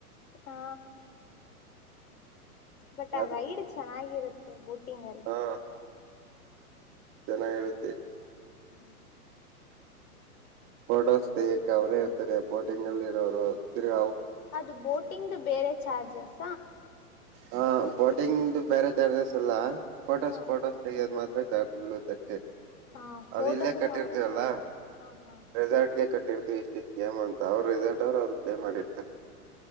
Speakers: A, on the left; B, on the right.
A: ಹಾ ಬಟ್
B: ಅದ
A: ಆ ರೈಡ್ ಚೆನ್ನಾಗಿರುತ್ತೆ ಬೋಟಿಂಗ್ ಅಲ್ಲಿ
B: ಹಾ ಜನಾಗಿರುದತ್ತೆ
A: ಹ್ಮ್
B: ಫೋಟೋಸ್ ತೆಗ್ಯಕ್ಕೆ ಅವರೇ ಇರ್ತಾರೆ ಬೋಟಿಂಗ್ ಅಲ್ಲಿ ಇರೋರು ತಿರು
A: ಅದು ಬೋಟಿಂಗ್ದ ಬೇರೆ ಚಾರ್ಜಸ್
B: ಹಾ ಬೋಟಿಂಗ್ ಬೇರೆ ಚಾರ್ಜಸ್ ಅಲ್ಲಾ ಫೋಟೋಸ್
A: ಹಾ
B: ಫೋಟೋಸ್ ತೆೆಗೆಯೋದ ಮಾತ್ರ ಚಾರ್ಜ್ ಬೀಳುತ್ತಷ್ಟೇ
A: ಹಾ ಫೋಟೋಸ್ಗೆ
B: ಅದು ಇಲ್ಲೇ ಕಟ್ಟಿರ್ತೀವಲ್ಲ
A: ಮಾತ್ರ ಚ ಹಾ ಹಾ
B: ರೆಸಾರ್ಟ್ ಗೆ ಕಟ್ಟಿರ್ತೀವಿ ಇಷ್ಟು ಏಮ ಅಂತ ಅವ್ರ ರೆಿಸಾರ್ಟ್ ಅವ್ರು ಅವರು ಪೇ ಮಾಡಿರ್ತಾರೆ